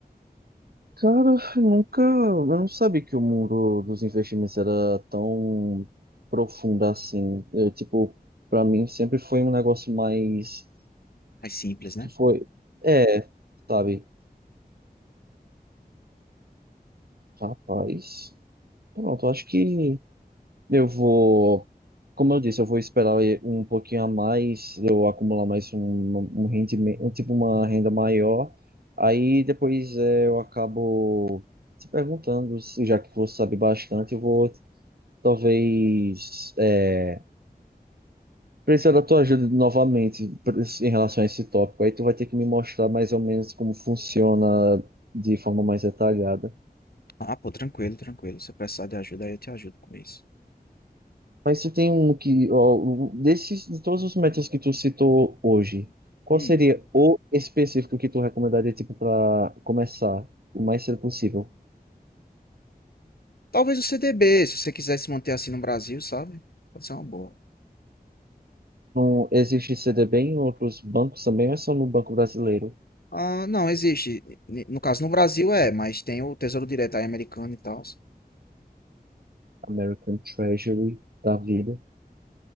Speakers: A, on the right; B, on the left.
A: Cara, eu nunca. Eu não sabia que o mundo dos investimentos era tão profundo assim. Eu, tipo, pra mim sempre foi um negócio mais.
B: Mais simples, né?
A: Que foi. É, sabe? Rapaz. Pronto, eu acho que eu vou. Como eu disse, eu vou esperar um pouquinho a mais, eu acumular mais um, um rendimento, um, tipo, uma renda maior. Aí depois é, eu acabo se perguntando, se- já que você sabe bastante, eu vou. Talvez é, precisar da tua ajuda novamente pre- em relação a esse tópico. Aí tu vai ter que me mostrar mais ou menos como funciona de forma mais detalhada.
B: Ah, pô, tranquilo, tranquilo. Se eu precisar de ajuda, aí eu te ajudo com isso.
A: Mas se tem um que, ó, desses, de todos os métodos que tu citou hoje, qual
B: Hum.
A: seria o específico que tu recomendaria, tipo, para começar o mais cedo possível?
B: Talvez o CDB, se você quiser se manter assim no Brasil, sabe? Pode ser uma boa.
A: Não existe CDB em outros bancos também, ou é só no Banco Brasileiro?
B: Ah, não, existe. N- No caso, no Brasil é, mas tem o Tesouro Direto aí americano e tal.
A: American Treasury da vida.